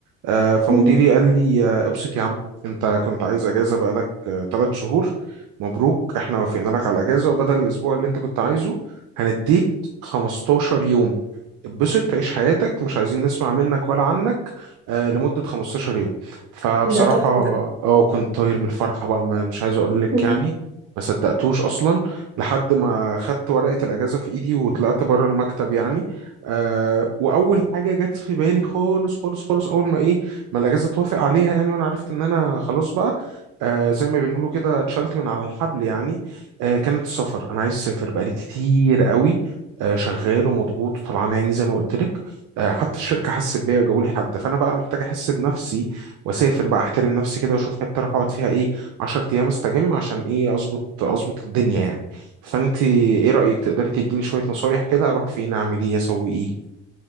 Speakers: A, on the right; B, on the right.
A: آه، فمديري
B: مهم.
A: قال لي آه، ابسط يا عم انت كنت عايز اجازه بقالك ثلاث شهور مبروك احنا وافقنا لك على الاجازه وبدل الاسبوع اللي انت كنت عايزه هنديك 15 يوم اتبسط تعيش حياتك مش عايزين نسمع منك ولا عنك آه، لمده 15 يوم فبصراحه
B: ده تحفة ده
A: اه كنت طاير من الفرحه بقى ما- مش عايز اقول لك
B: مم.
A: يعني ما صدقتوش اصلا لحد ما خدت ورقه الاجازه في ايدي وطلعت بره المكتب يعني آه واول حاجه جت في بالي خالص خالص خالص اول ما ايه ما الاجازه توافق عليها يعني وانا عرفت ان انا خلاص بقى آه زي ما بنقولوا كده اتشلت من على الحبل يعني آه كانت السفر انا عايز اسافر بقالي كتير قوي آه شغال ومضغوط وطلعان عيني زي ما قلت لك آه حتى الشركه حست بيا وجابوا لي حد فانا بقى محتاج احس بنفسي واسافر بقى احترم نفسي كده واشوف حته اروح اقعد فيها ايه 10 ايام استجم عشان ايه اظبط اظبط الدنيا يعني فانت ايه رأيك تقدري تديني شوية نصايح كده اروح فين اعمل ايه اسوي ايه